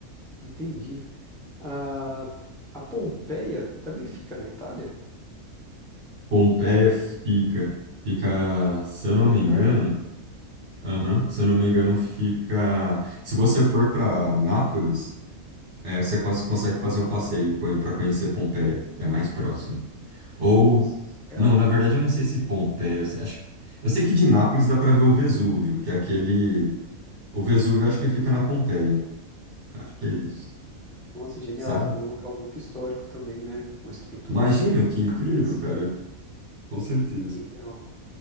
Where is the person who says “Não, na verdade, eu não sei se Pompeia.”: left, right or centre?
Right